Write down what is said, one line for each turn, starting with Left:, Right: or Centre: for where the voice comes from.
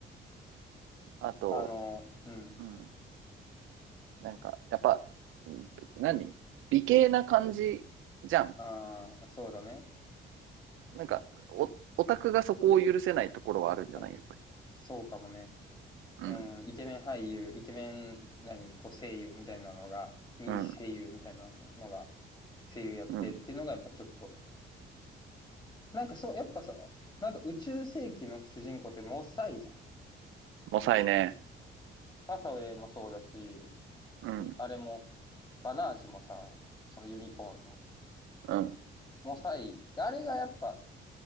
Right: あと、
Left: あの、うん。
Right: うん。なんか、やっぱ、うん何美形な感じじゃん。
Left: ああ、そうだね。
Right: なんか、お、オタクがそこを許せないところはあるんじゃないやっぱり。
Left: うん。そうかもね。
Right: うん、
Left: うん。イケメン俳優、イケメン、何、こう声優みたいなのが、人気声優みたいなのが、
Right: うん、
Left: 声優やってっていうのがやっぱちょっと、
Right: うん。
Left: なんかそう、やっぱさ、なんか宇宙世紀の主人公ってモサイじゃん。
Right: もさいね。
Left: ハサウェイもそうだし、
Right: うん、
Left: あれも、バナージもさ、そのユニコーンの、
Right: うん。
Left: モサイ、あれがやっぱ